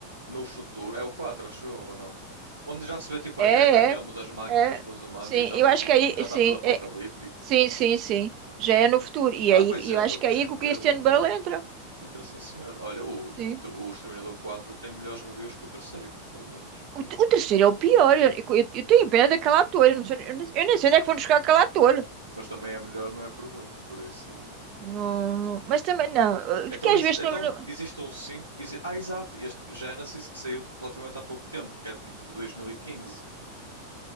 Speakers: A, on the right; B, on the right.
A: no futuro, é o 4 acho eu, ou não? Onde já se vê tipo
B: É,
A: a guerra mesmo
B: é,
A: das máquinas
B: é.
A: com os humanos
B: Sim,
A: e já
B: eu
A: está
B: acho
A: tudo,
B: que é aí,
A: já está
B: sim,
A: tudo apocalíptico.
B: é, sim, sim, sim. Já é no futuro. E
A: Ah,
B: é aí,
A: pois
B: e
A: entra,
B: eu acho
A: o Christian
B: que é aí que o
A: Bale
B: Christian
A: entra.
B: Bale entra.
A: Entra sim, senhor. Olha, o,
B: Sim.
A: o, tr- o Exterminador 4 tem melhores reviews que o terceiro, pelo menos.
B: O, o terceiro é o pior. Eu, eu, eu tenho pena daquela ator. Eu, não sei, eu, nem eu nem sei onde é que vão buscar aquela ator.
A: Mas também é melhor, não é por muito, por isso.
B: Não, não- mas também não. eh,
A: Então,
B: Porque às
A: ex-
B: vezes
A: então
B: não, não-
A: existe um 5. exi- ah, exato. Este Genesis que saiu tipo, relativamente há pouco tempo, que é tipo de 2015,